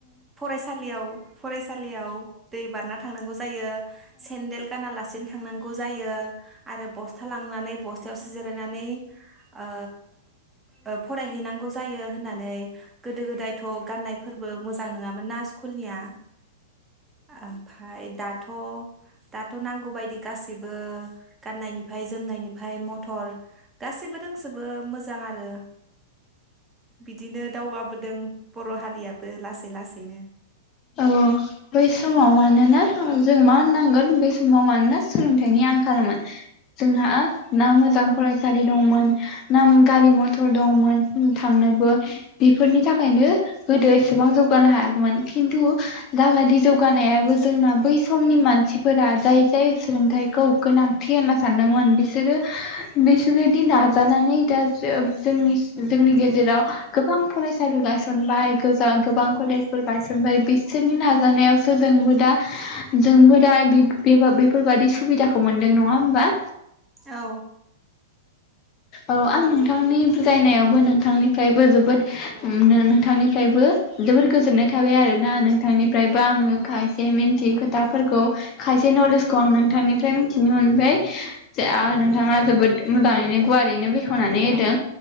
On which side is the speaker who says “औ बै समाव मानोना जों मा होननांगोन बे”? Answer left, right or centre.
Left